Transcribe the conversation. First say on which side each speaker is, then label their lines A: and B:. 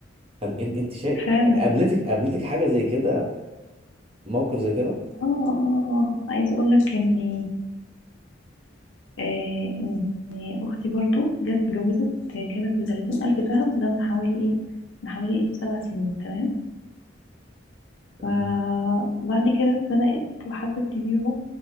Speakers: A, on the right (about 30°); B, on the left (about 80°).
A: فانت انت شايف
B: فعلا
A: قابلتك قابلتك حاجة زي كده موقف زي كده
B: اه اه اه اه. عايزه اقول لك اني آه ان اختي برضو جت اتجوزت جابت بتلاتين الف دهب ده من حوالي ايه من حوالي سبع سنين تمام فبعد
A: يعني-
B: كده اتزنقت وحبت تبيعه